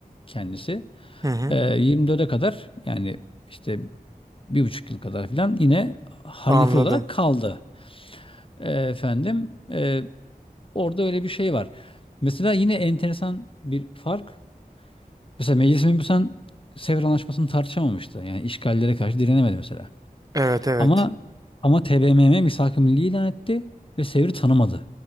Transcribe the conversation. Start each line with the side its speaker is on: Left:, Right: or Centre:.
Left: kendisi.
Right: Hı hı.
Left: Ee, 24'e kadar yani işte bir buçuk yıl kadar filan yine halife
Right: Anladım.
Left: olarak kaldı. Ee, efendim e, orada öyle bir şey var. Mesela yine enteresan bir fark. Mesela Meclis-i Mebusan Sevr Anlaşması'nı tartışamamıştı. Yani işgallere karşı direnemedi mesela.
Right: Evet evet.
Left: Ama ama TBMM misak-ı milli ilan etti ve Sevr'i tanımadı.